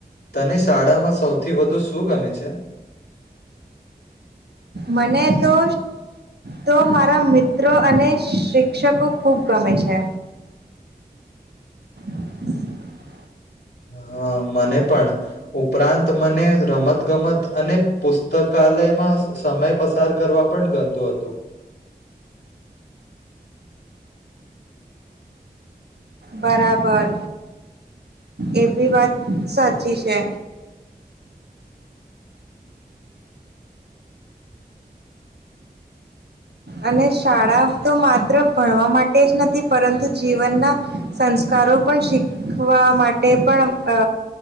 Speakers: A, on the left; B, on the right.
A: તને શાળામાં સૌથી વધુ શું ગમે છે.
B: મને તો તો મારા મિત્રો અને શિક્ષકો ખૂબ ગમે છે. <inaudible>
A: હા મને પણ ઉપરાંત મને રમત ગમત અને પુસ્તકાલયમાં સમય પસાર કરવા પણ ગમતું હતું.
B: બરાબર એ ભી વાત સાચી છે. અને શાળા તો માત્ર ભણવા માટે જ નથી પરંતુ જીવનના સંસ્કારો પણ શીખવા માટે પણ અ